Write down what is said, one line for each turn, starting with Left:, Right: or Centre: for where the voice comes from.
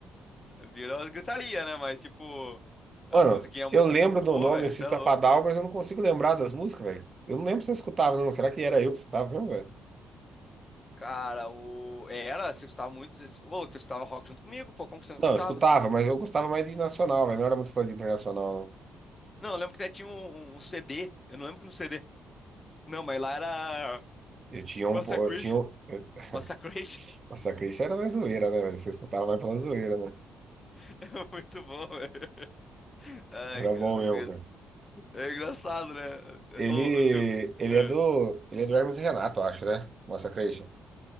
Left: Vira gritaria, né? Mas, tipo, as
Right: Mano,
Left: musiquinhas, a
Right: eu
Left: música
Right: lembro
Left: são muito
Right: do
Left: boa,
Right: nome
Left: velho.
Right: Artista
Left: Você é louco.
Right: Fadal, mas eu não consigo lembrar das músicas, velho. Eu não lembro se eu escutava, não. Será que era eu que escutava mesmo, velho?
Left: Cara, o. Era, você escutava muito. Você... Ô, louco, você escutava rock junto comigo, pô. Como que você
Right: Não,
Left: não escutava?
Right: eu escutava, mas eu gostava mais de nacional, velho. Não era muito fã de internacional, não.
Left: Não, eu lembro que até tinha um, um CD. Eu não lembro que no CD. Não, mas lá era.
Right: Eu tinha
Left: Massacration.
Right: um. po- Eu tinha. um- Eu... <laughs>
Left: Massacration.
Right: Massacre isso era mais zoeira, né, velho? Você escutava mais pela zoeira, né?
Left: <laughs> é muito bom, velho. Ai,
Right: Era
Left: cara,
Right: bom
Left: eu não
Right: mesmo,
Left: aguento.
Right: cara.
Left: É engraçado, né?
Right: Ele.
Left: Eu, eu- eu-
Right: Ele
Left: é.
Right: é do. Ele é do Hermes e Renato, eu acho, né? Massacration.